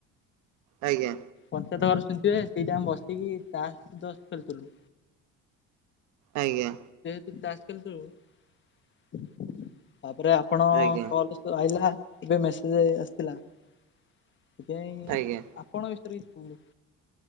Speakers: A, on the right (about 70°); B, on the left (about 40°).
A: ଆଜ୍ଞା
B: ପଞ୍ଚାୟତ ଘର। ଶୁଣିଥିବେ ସେଇଟା ଆମେ ବସକି ତାସ ଦସ ଖେଳଥିଲୁ।
A: ଆଜ୍ଞା।
B: ତାସ ଖେଳୁଥିଲୁ ତାପରେ ଆପଣ
A: ଆଜ୍ଞା
B: କଲ ସ ଆଇଲା। ଏବେ ମେସେଜ ଆସିଥିଲା ସେଥିପାଇଁ
A: ଆଜ୍ଞା
B: ଆପଣ ବିଷୟରେ କି ନ୍ତୁ।